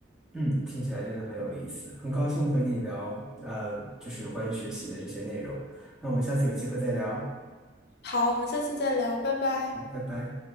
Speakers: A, in the centre; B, on the left.
A: 嗯，听起来真的很有意思，很高兴和你聊，呃，就是有关于学习的这些内容。那我们下次有机会再聊，
B: 好，我们下次再聊，拜拜。
A: 好，拜拜。